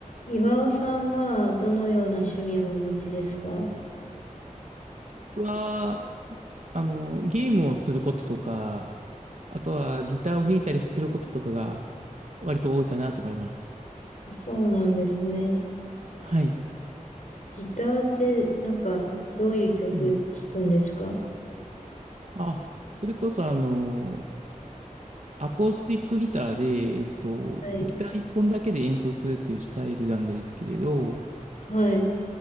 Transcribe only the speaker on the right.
僕は、あの、ゲームをすることとか、あとはギターを弾いたりすることとかが割と多いかなと思います。
はい。
うん。あ、それこそあの、アコースティックギターで、えっと、
ギター一本だけで演奏するっていうスタイルなんですけれど、